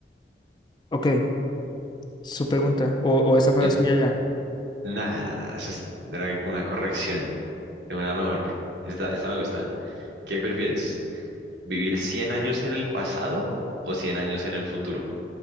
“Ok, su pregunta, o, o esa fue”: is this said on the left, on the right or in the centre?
Left